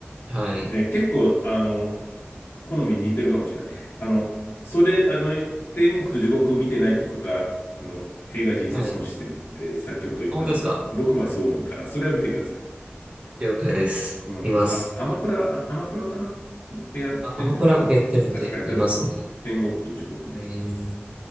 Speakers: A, on the right; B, on the left.
A: はい。
B: えー結構、あの、好みに似てるかもしれない。あの、それ、あの、天国と地獄見てないっていうことは、あの、映画人生損してるって先ほど言ったの、
A: はい。あ本当ですか
B: 僕もそう思うから、それは見てください。
A: 了解です。
B: うん。
A: 見ます。
B: あ、アマプラ、あアマプラかなってやってんじゃないかな。
A: あ、アマプラ僕やってるんで、
B: 確かやってたと思う。
A: 見ますね。
B: 天国と地獄ね。
A: えー、